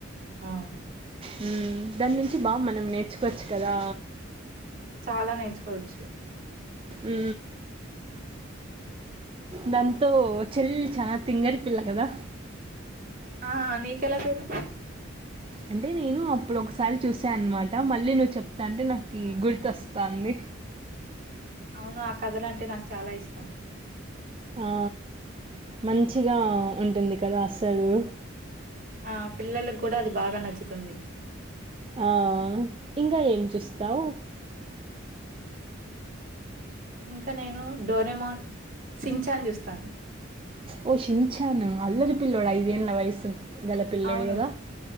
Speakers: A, on the right; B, on the right.
A: ఆ
B: హమ్ దాని నుంచి బాగా మనం నేర్చుకోవచ్చు కదా
A: చాలా నేర్చుకోవచ్చు
B: ఉ దాంతో చెల్లి చాలా తింగరి పిల్ల కదా
A: ఆ నీకెలా పెరుకు
B: అంటే నేను అప్పుడు ఒకసారి చూసానునమాట మళ్ళీ నువ్వు చెప్తాంటే నాకు గుర్తొస్తుాంది
A: అవును ఆ కథలు అంటే నాకు చాలా ఇష్టం
B: ఆ మంచిగా ఉంటుంది కదా అస్సలు
A: ఆ పిల్లలలకు కూడా అది బాగా నచ్చుతుంది
B: ఆ ఇంకా ఏం చూస్తావు
A: ఇంకా నేను డోరెమాన్ సించాన్ చూస్తాను
B: ఓ సీన్ షాన్ ఆ అల్లరి పిలోడు ఐదుేళ్ల వయసు గల పిల్లోడు
A: అవును.
B: కథ